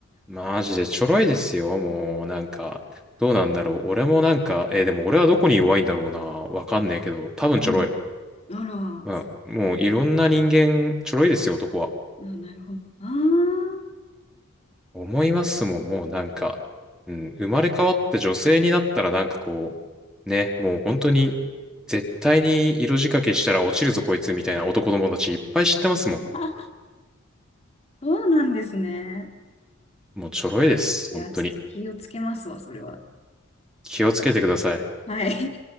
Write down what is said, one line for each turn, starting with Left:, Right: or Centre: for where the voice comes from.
Centre: マジでちょろいですよ、もう、なんか。どうなんだろう。俺もなんか、えーでも俺はどこに弱いんだろうな。わかんねえけど、多分ちょろい。
Left: うん。あら、
Centre: まあ、
Left: そ
Centre: もういろんな人間、ちょろいですよ、男は。
Left: うあなるほどな。
Centre: 思いますもん、もうなんか、うん、生まれ変わって女性になったらなんかこう、ね、もう本当に、絶対に色仕掛けしたら落ちるぞ、こいつ、みたいな男友達いっぱい知ってますもん。
Left: <laughs> そうなんですね。
Centre: もうちょろいです、
Left: いや、
Centre: 本当に。
Left: ちょっと気をつけますわ、それは。
Centre: 気をつけてください。
Left: はい。